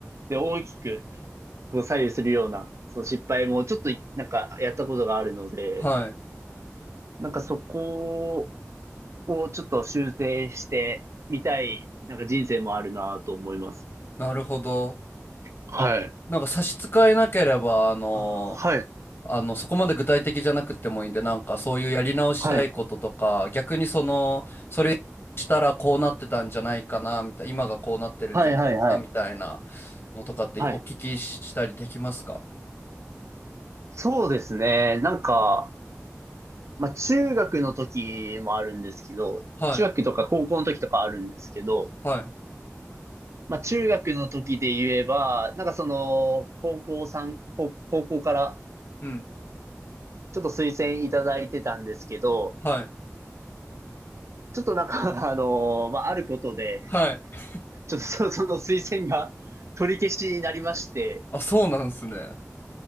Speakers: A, on the right; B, on the left.
A: で大きくこう左右するような、その失敗もちょっとい、なんかやったことがあるので、
B: はい。
A: なんかそこをちょっと修正してみたい、なんか人生もあるなと思います。
B: なるほど。
A: はい。
B: なんか差し支えなければ、あの
A: あ、はい。
B: あの、そこまで具体的じゃなくてもいいんで、なんかそういうやり直したいこととか、
A: はい。
B: 逆にその、それしたらこうなってたんじゃないかな、みたいな、今がこうなってるんじゃないかな、
A: はいはいはい。
B: みたいなのとかってお聞きしたりできますか
A: はい。そうですね。なんか、まあ中学の時もあるんですけど、
B: はい、
A: 中学とか高校の時とかあるんですけど、
B: はい、
A: まあ中学の時で言えば、なんかその、高校さん、高高校から
B: うん、
A: ちょっと推薦いただいてたんですけど、
B: はい、
A: ちょっとなんか、<laughs> あのーまあ、あることで、
B: はい。
A: ちょっとそ、<laughs> その推薦が取り消しになりまして、
B: あ、そうなんですね。